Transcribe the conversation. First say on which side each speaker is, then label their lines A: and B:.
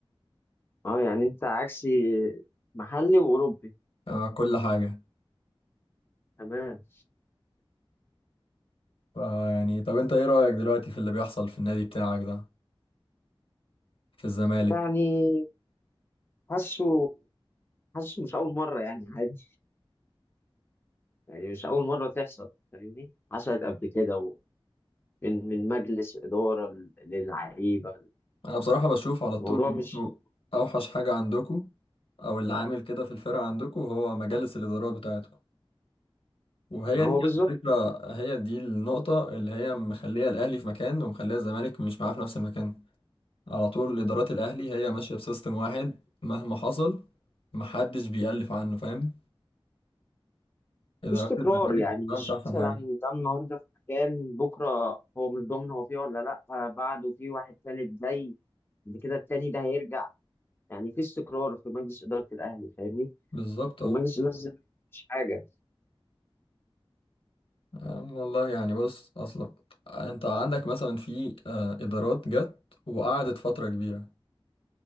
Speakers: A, on the left; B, on the left.
A: اه يعني أنت عكسي محلي وأوروبي
B: آه كل حاجة
A: تمام
B: فيعني طب انت ايه رأيك دلوقتي في اللي بيحصل في النادي بتاعك ده في الزمالك
A: يعني حاسه حاسه مش أول مرة يعني عادي يعني مش أول مرة تحصل فاهمني حصلت قبل كده ومن من مجلس إدارة ل- للعيبة
B: انا بصراحة بشوف على طول
A: الموضوع
B: ان
A: مش
B: انتوا اوحش حاجة عندكوا او اللي عامل كده في الفرقة عندكوا هو مجالس الادارات بتاعتكم وهي
A: ما هو
B: دي
A: بالظبط
B: على فكرة هي دي النقطة اللي هي مخلية الأهلي في مكان ومخلية الزمالك مش معاه في نفس المكان على طول إدارات الأهلي هي ماشية بسيستم واحد مهما حصل محدش بيألف عنه فاهم إدارات
A: مفيش تكرار
B: الزمالك
A: يعني
B: بصراحة
A: مش
B: مش أحسن
A: مثلا
B: حاجة
A: ده النهاردة في مكان بكرة هو مش ضامن هو فيه ولا لأ آه، بعده في واحد تالت زي بعد كده التاني ده هيرجع يعني في استقرار في مجلس إدارة الأهلي فاهمني
B: بالظبط
A: في
B: اه
A: مجلس إدارة الزمالك مفيش حاجة
B: آه، والله يعني بص أصلا أنت عندك مثلا في آه، إدارات جت وقعدت فترة كبيرة